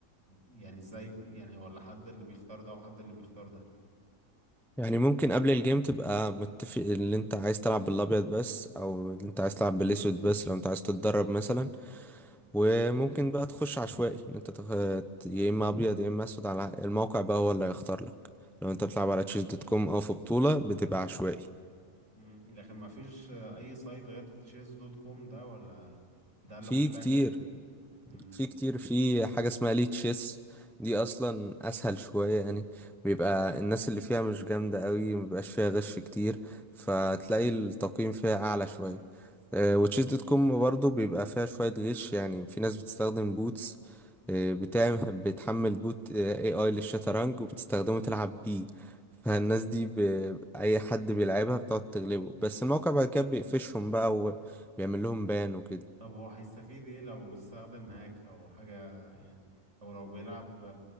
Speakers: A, on the right; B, in the centre.
A: يعني ازاي يعني ولا حد اللي بيختار ده وحد اللي بيختار
B: يعني ممكن قبل الجيم تبقى متفق اللي انت عايز تلعب بالابيض بس او اللي انت عايز تلعب بالاسود بس لو انت عايز تتدرب مثلا وممكن بقى تخش عشوائي ان انت تخ... يا اما ابيض يا اما اسود على الموقع بقى هو اللي هيختار لك لو
A: ده
B: انت بتلعب على تشيز دوت كوم او في بطولة بتبقى عشوائي
A: مم. لكن ما فيش اي سايت غير تشيز دوت كوم ده ولا ده اللي
B: في
A: محتكر
B: كتير
A: ال... مم.
B: في كتير في حاجة اسمها ليه تشيس دي اصلا اسهل شوية يعني بيبقى الناس اللي فيها مش جامدة قوي مبيبقاش فيها غش كتير فتلاقي التقييم فيها اعلى شوية آه،
A: مم.
B: وتشيس دوت كوم برضه بيبقى فيها شوية غش يعني في ناس بتستخدم بوتس آه، بتعمل بتحمل بوت اي اي للشطرنج وبتستخدمه تلعب بيه فالناس دي ب... اي حد بيلعبها بتقعد تغلبه بس الموقع بعد كده بيقفشهم بقى وبيعمل لهم بان وكده
A: طب هو هيستفيد ايه لو استخدم هاك او حاجة يعني او لو بيلعب ب-